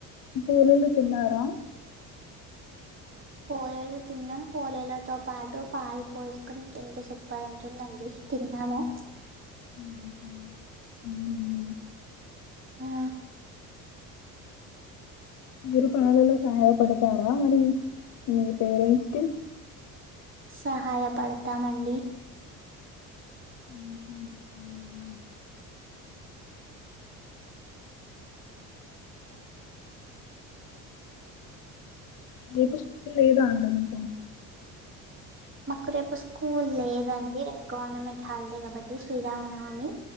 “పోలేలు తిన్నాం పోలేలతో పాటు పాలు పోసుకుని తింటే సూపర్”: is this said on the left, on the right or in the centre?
Right